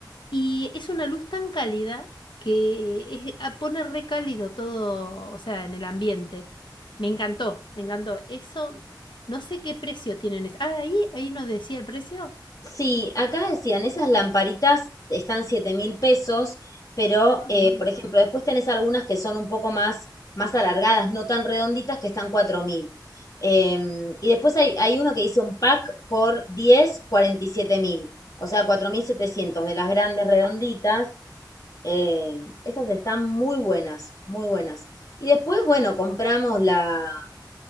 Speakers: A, on the left; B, on the left.
A: Y es una luz tan cálida que es- ah, pone re cálido todo, o sea, en el ambiente. Me encantó, me encantó. Eso, no sé qué precio tienen. ese- Ah, ahí, ahí nos decía el precio.
B: Sí, acá decían, esas lamparitas están siete mil pesos, pero
A: Ah,
B: eh,
A: no.
B: por ejemplo, después tenés algunas que son un poco más, más alargadas, no tan redonditas, que están cuatro mil. Em, y después hay, hay uno que dice un pack por diez cuarenta y siete mil, o sea, 4.700 de las grandes redonditas. Eh, esas están muy buenas, muy buenas. Y después, bueno, compramos la,